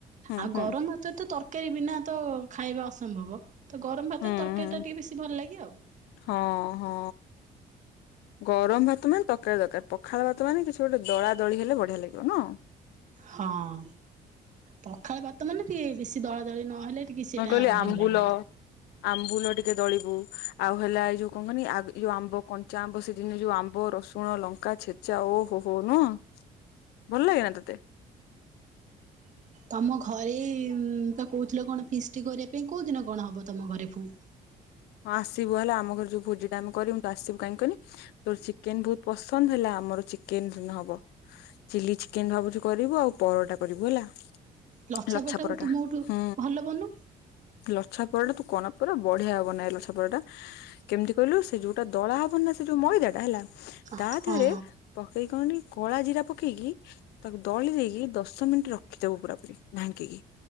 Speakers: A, on the left; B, on the right.
A: ହୁଁ
B: ଆଉ
A: ହୁଁ
B: ଗରମ ଭାତରେ ତ ତରକାରୀ ବିନା ତ ଖାଇବା ଅସମ୍ଭବ। ତ ଗରମ ଭାତରେ
A: ହୁଁ
B: ତରକାରୀ
A: ହୁଁ
B: ଟା ଟିକେ ବେଶୀ ଭଲ ଲାଗେ ଆଉ।
A: ହଁ ହଁ। ଗରମ ଭାତ ମାନେ ତରକାରୀ ଦରକାର। ପ ଖାଳ ଭାତ ମାନେ କିଛି ଗୋଟେ ଦଳା ଦଳି ହେଲେ ବଢ଼ିଆ ଲାଗିବ ନୁହଁ?
B: ହଁ ପଖାଳ ଭାତ ମାନେ ଟିକେ ବେଶି ଦଳା ଦଳି ନହେଲେ ଟିକେ ସେଇଟା
A: ମୁଁ କହିଲି
B: ଭଲ
A: ଆମ୍ବୁଲ
B: ଲାଗେନି।
A: ଆମ୍ବୁଲ ଟିକେ ଦଳିବୁ ଆଉ ହେଲା ଏଇ ଯୋଉ କଣ କହନି ଯୋଉ ଆମ୍ବ କଞ୍ଚା ଆମ୍ବ ସେଦିନ ଯୋଉ ଆମ୍ବ, ରସୁଣ, ଲଙ୍କା ଛେ ଚା ଓହୋଃ ହୋଃ ନୁହଁ ଭଲ ଲାଗେନା ତୋତେ?
B: ତମ ଘରେ ତ କହୁଥିଲ କଣ ଫିଷ୍ଟି କରିବା ପାଇଁ। କୋଉ ଦିନ କଣ ହବ ତମ ଘରେ ପୁଣି?
A: ହଁ ଆସିବୁ ହେଲା ଆମ ଘରେ ଯୋଉ ଭୋଜି ଟା ଆମେ କରିବୁ ତୁ ଆସିବୁ। କାହିଁକି କହନି? ତୋ ଚିକେନ ବହୁତ ପସନ୍ଦ, ହେଲା ଆମର ଚି ଚିକେନ ହବ। ଚିଲି ଚିକେନ ଭାବୁଛି କରିବୁ ଆଉ ପରଟା କରିବୁ ହେଲା।
B: ଲଛାପଟା
A: ଲଛା ପରଟା
B: ତୁମଠୁ
A: ହୁଁ।
B: ଭଲ ବନଉ
A: ଲଛା ପରଟା ତୁ କହନା ପୁରା ବଢ଼ିଆ ବନାଏ ଲଛା ପରଟା। କେମିତି କହିଲୁ? ସେ ଯୋଉଟା ଦଳା ହବନ ନା ସେ ଯୋଉ ମଇଦା ଟା ହେଲା
B: ହଁ
A: ତା ଦେହରେ ପକେଇ କି କଣନି କଳା ଜିରା ପକେଇକି ତାକୁ ଦଳି ଦେଇକି ଦଶ ମିନିଟ ରଖି ଦବୁ ପୁରା ପୁରି ଢାଙ୍କି କି।